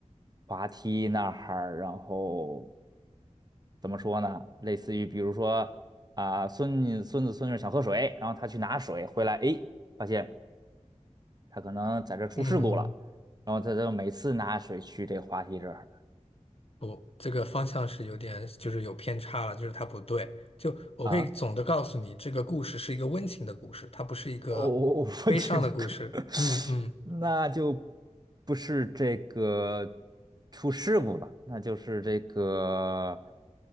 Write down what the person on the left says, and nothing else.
嗯
不，这个方向是有点，就是有偏差了，就是它不对。就我可以总的告诉你，
这个故事是一个温情的故事，它不是一个悲伤的故事。
嗯嗯，